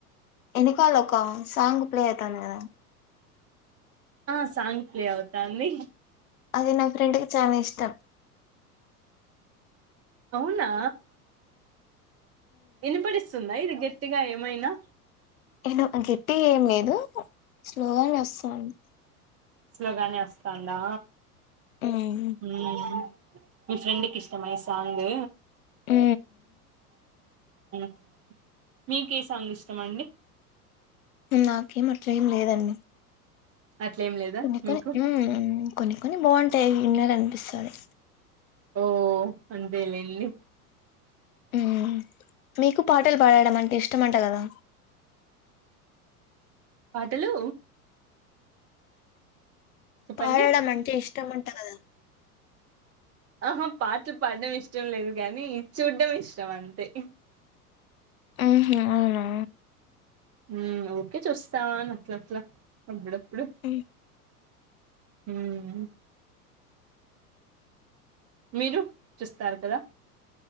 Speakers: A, on the left (about 60°); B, on the right (about 30°).
A: ఎనకాల ఒక్క సాంగ్ ప్లే అయితాంది కదా
B: ఆ సాంగ్ ప్లే అవుతాంది
A: అది నా ఫ్రెండ్ కి చానా ఇష్టం
B: అవునా? వినిపడిస్తుందా ఇది గట్టిగా ఏమైనా?
A: నేను గట్టిగా ఏం లేదు స్లోగానే వస్తాంది.
B: స్లోగానే వస్తాందా
A: ఉమ్
B: ఉమ్ మీ ఫ్రెండ్కి ఇష్టమా ఈ సాంగ్?
A: ఊ
B: ఉమ్ మీకే సాంగ్ ఇష్టం అండి?
A: నాకేం అట్లేం లేదండి
B: అట్లేం లేదా
A: కొన్ని
B: మీకు
A: కొని ఉమ్ కొన్ని కొన్ని బాగుంటాయ్ వినాలన్పిస్తాది
B: ఓ అంతేలేండి
A: ఉమ్ మీకు పాటలు పాడడం అంటే ఇష్టమంట కదా?
B: పాటలూ చెప్పండి
A: పాడడం అంటే ఇష్టంమంట కదా?
B: ఆహా పాట్లు పాడడం ఇష్టం లేదు గానీ చూడ్డం ఇష్టం అంతే
A: ఆహా అవునా?
B: ఉమ్ ఓకే చూస్తాను అట్ల అట్లా అప్పుడప్పుడు
A: ఉమ్
B: ఆ మీరు చూస్తారు కదా?